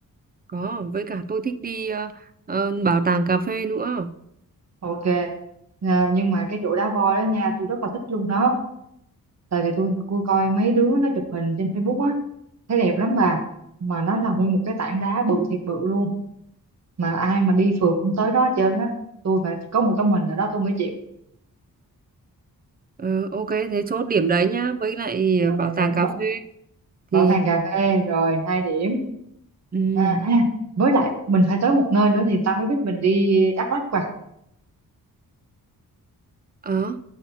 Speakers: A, on the right; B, on the right.
A: Có, với cả tôi thích đi ờ, ờ, bảo tàng cà phê nữa.
B: ok à, nhưng mà cái chỗ đá voi đó nha tôi rất là thích luôn đó tại vì tôi tôi coi mấy đứa nó chụp hình trên Facebook á thấy đẹp lắm bà mà nó là nguyên một cái tảng đá bự thiệt bự luôn mà ai mà đi phượt cũng tới đó hết trơn á tôi phải có một tấm hình ở đó tôi mới chịu
A: Ờ, ok, thế chốt điểm đấy nhá. Với lại ờ, bảo
B: Ờ,
A: tàng cà
B: bảo,
A: phê
B: bảo
A: thì
B: tàng cà phê rồi hai điểm
A: ừ,
B: à, à, với lại mình phải tới một nơi nữa thì tao mới biết mình đi Đắk Lắk và
A: đó